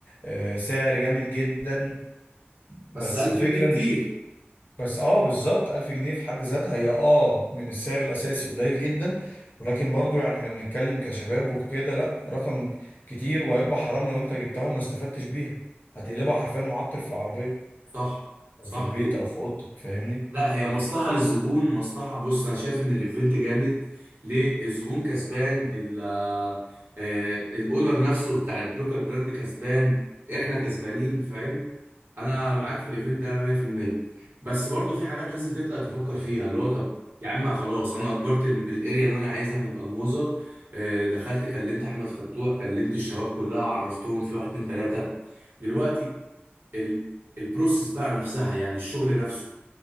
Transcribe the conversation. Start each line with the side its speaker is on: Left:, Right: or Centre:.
Left: آه سعر جامد جدا بس
Right: بس 1000
Left: الفكره
Right: جنيه كتير
Left: ان بس اه بالظبط 1000 جنيه في حد ذاتها هي اه من السعر الاساسي قليل جدا ولكن برضو يعني احنا بنتكلم كشباب وكده لا رقم كتير وهيبقى حرام لو انت جبتها وما استفدتش بيها هتقلبها حرفيا معطر في العربيه
Right: صح صح
Left: او في البيت او في اوضتك فاهمني
Right: لا هي مصلحة للزبون مصلحة بص أنا شايف إن الإيفنت جامد ليه الزبون كسبان ال- آه، الأونر نفسه بتاع البلوكر براند كسبان إحنا كسبانين فاهم أنا معاك في الإيفنت ده 100% بس برضو في حاجات لازم تبدأ تفكر فيها اللي هو طب يا عم خلاص أنا أجرت ال- الأريا اللي أنا عايزها من ألموظة آه، دخلت كلمت أحمد فتوح كلمت الشباب كلها عرفتهم في واحد اتنين تلاتة دلوقتي ال- البروسيس بقى نفسها يعني الشغل نفسه